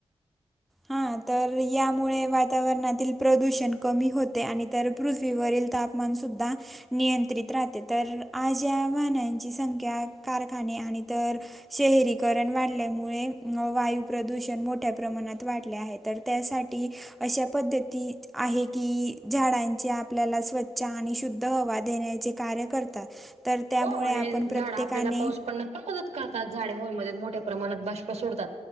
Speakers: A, in the centre; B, on the right.
A: हा तर यामुळे वातावरणातील प्रदूषण कमी होते. आणि तर पृथ्वीवरील ताप मणसुद्धा नियंत्रित राहते तर आज या वाहनांची संख्या कारखाने आणि तर शहरीकरण वाढल्यामुळे वायू प्रदूषण मोठ्या प्रमाणात वाटले आहे तर त्यासाठी अशा पद्धतीत आहे की झाडांची आपल्याला स्व च्छ आणि शुद्ध हवा देण्याचे कार्य करतात तर त्यामुळे
B: हो आणि
A: आपण
B: झाडं
A: प्रत्येकाने
B: आपल्याला पाऊस पडण्यात मदत करतात झाडे होल मध्ये मोठ्या प्रमाणात बाष्प सोडतात.